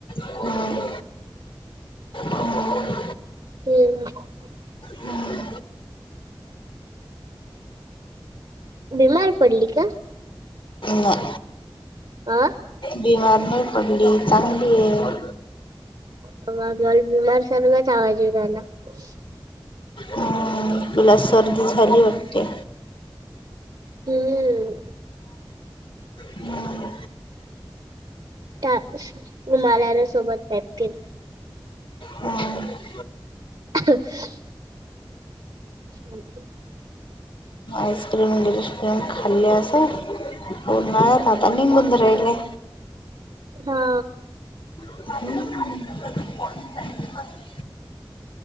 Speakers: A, on the left (about 65°); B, on the right (about 65°).
A: हम्म, हम्म,
B: <unintelligible>
A: हम्म.
B: बिमार पडली का?
A: नाय.
B: आं.
A: बीमार नाही पडली चांगली आहे.
B: <unintelligible>
A: हम्म. तुला सर्दी झाली वाटते.
B: हम्म.
A: हम्म,
B: त्या <unintelligible> सोबत पॅक केलं.
A: हम्म.
B: <unintelligible> <unintelligible>
A: आयस्क्रीम बिरीस्क्रीम खाल्ले असा हो नाय आता आता निघून राहिलाय.
B: हा.
A: हम्म.